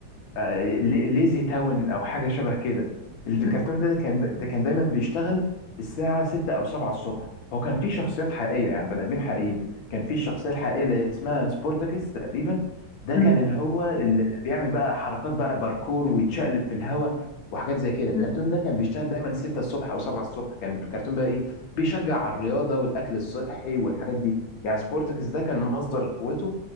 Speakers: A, on the left; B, on the left.
A: آه، لي- ليزي تاون او حاجه شبه كده الكرتون
B: مم.
A: ده, ده كان ده كان دايما بيشتغل الساعه 6 او 7 الصبح هو كان فيه شخصيات حقيقيه يعني بني ادمين حقيقيين كان فيه الشخصيه الحقيقيه اللي اسمها سبورتاكس تقريبا ده
B: مم.
A: كان اللي هو اللي بيعمل بقى حركات بقى باركور ويتشقلب في الهواء وحاجات زي كده الكرتون
B: مم.
A: ده كان بيشتغل دايما 6 الصبح او 7 الصبح كان الكرتون بقى ايه بيشجع على الرياضه والاكل الصحي والحاجات دي يعني سبورتاكس ده كان مصدر قوته